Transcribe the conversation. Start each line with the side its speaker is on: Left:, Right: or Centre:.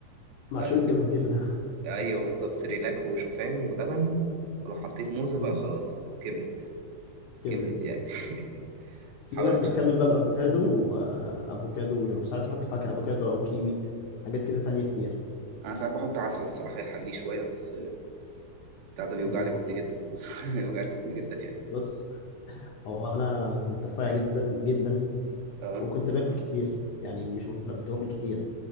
Left: معشوق
Right: آه،
Left: الجماهير ده
Right: ايوه بالظبط سيريلاك وشوفان ولبن ولو حطيت موزه
Left: امم
Right: بقى خلاص كملت
Left: كبرت
Right: كملت
Left: كده
Right: يعني <laughs>
Left: في
Right: حاول
Left: ناس
Right: اتخن
Left: بتكمل بقى بافوكادو وافوكادو وساعات يحطوا فاكهه افوكادو او كيوي حاجات كده تانية كتير
Right: انا ساعات بحط عسل الصراحه يحليه شويه بس بتاع ده بيوجع
Left: امم
Right: لي بطني جدا <laughs> بيوجع لي بطني جدا يعني
Left: بص هو انا كنت رفيع جدا جدا
Right: اه
Left: وكنت باكل كتير يعني مش بك... لا كنت باكل كتير